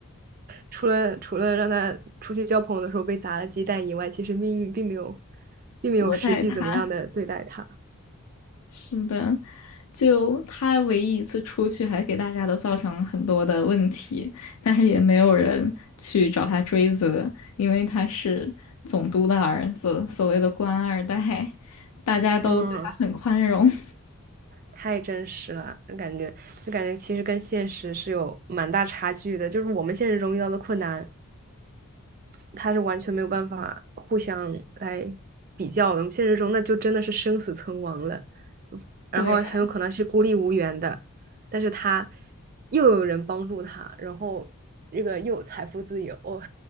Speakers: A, on the right; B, on the left.
A: 除了除了让他出去交朋友的时候被砸了鸡蛋以外，其实命运并没有并没有实际怎么样的对待他。
B: 薄待他。是的，就他唯一一次出去，还给大家都造成了很多的问题，但是也没有人去找他追责，因为他是总督的儿子，所谓的官二代，大家都对他很宽容。
A: 嗯，
B: <laughs>
A: 太真实了，感觉就感觉其实跟现实是有蛮大差距的，就是我们现实中遇到的困难。他是完全没有办法互相来比较的。我们现实中那就真的是生死存亡了，然后很有可能是孤立无援的。
B: 对呀，
A: 但是他又有人帮助他，然后这个又有财富自由，<laughs> 哦